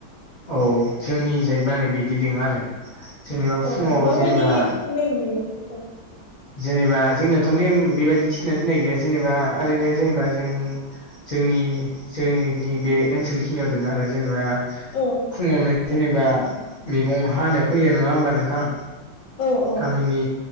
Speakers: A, on the left (about 35°); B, on the left (about 70°).
A: औ जोंनि जायबा बिदि दोङो आरो। जेनेबा
B: औ
A: फुङाव
B: माबायदि
A: जेनेबा
B: नेम गैया आक'
A: जेनेबा जोंनियाथ' नेम बेबायदि थिना दोननाय गैया जेनेबा ओरैनो जेनेबा जों जोंनि जोंनि बे ओनसोलखिनियाव दोङो आरो जेनेबा
B: औ
A: फुङावनो जेनेबा मेगं हानो फैयो नङा ओमबा नोंथां
B: औ औ
A: गामिनि